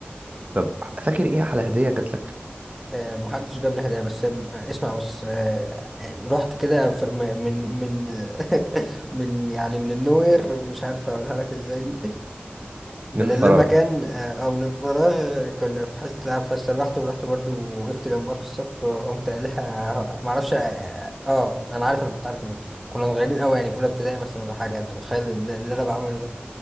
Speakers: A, on the right; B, in the centre.
A: طب فاكر ايه احلى هدية جات لك
B: آه، محدش جاب لي هدايا بس آه، اسمع بس آه، آه، رحت كده في- م- من من <laughs> من يعني من النوير مش عارف اقولها لك ازاي دي من
A: من
B: اللامكان
A: فراغ
B: آه، او من الفراغ آه، كنا في حصه العاب فاستلوحت ورحت برضو وقفت جنبها في الصف آه، قمت قايل لها ما اعرفش اه آه، آه، آه، انا عارف انا كنت عارف منين كنا صغيرين قوي يعني في اولى ابتدائي مثلا ولا حاجه انت متخيل اللي اللي انا بعمله ده